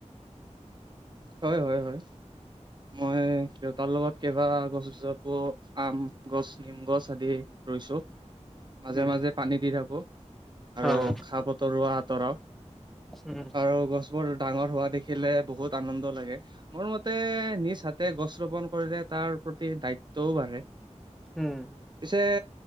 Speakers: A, on the right; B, in the centre.
A: হয় -হয় -হয় মই দেউতাৰ লগত কেইবা গছ <unintelligible> ক আম গছ, নিম গছ আদি ৰুইছোঁ মাজে-
B: উম
A: মাজে পানী দি থাকো আৰু
B: হয়
A: খা বতৰুৱা আঁতৰাও
B: উম
A: আৰু গছবোৰ ডাঙৰ হোৱা দেখিলে বহুত আনন্দ লাগে মোৰ মতে নিজ হাতে গছ ৰোপন কৰিলে তাৰ প্ৰতি দায়িত্বও বাঢ়ে
B: উম
A: পিছে